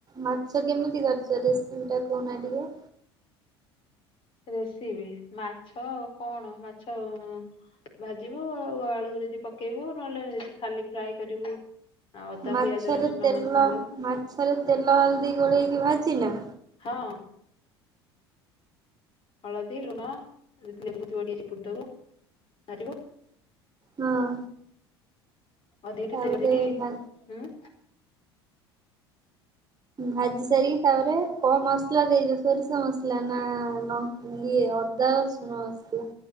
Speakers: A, on the right; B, on the left.
A: ମାଛ କେମିତି କରିଚ ରେସିପି ଟା କହୁନା ଟିକିଏ?
B: ରେଷିବି ମାଛ କଣ ମାଛ ଭାଜିବୁ ଆଉ ଆଳୁ ଯେଦି ପକେଇବୁ ନହେଲେ ଖାଲି ଫ୍ରାଏ କରିବୁ। ଆଉ ଅଦା
A: ମାଛରେ
B: ପିଆଜ ରସୁଣ
A: ତେଲ
B: ମସଲା ଦେବୁ
A: ମାଛରେ ତେଲ ହଳଦୀ ଗୋଳେଇକି ଭାଜିିନା।
B: ହଁ ହଳଦୀ ଲୁଣ ଯଦି ଲେମ୍ବୁ ଥିବ ଟିକେ ଚିପୁଡି ଦବ ଭାଜିବ
A: ହଁ
B: ଅଧିକ ଟିକେ
A: ତାପରେ
B: ତେଲ ଦେଇକି
A: ଭା
B: ଉଁ
A: ଭାଜି ସାରିକି ତାପରେ କଣ ମସଲା ଦେଇଚ ସୋରିଷ ମସଲା ନା ନ ଇଏ ଅଦା ରସୁଣ ମସଲା।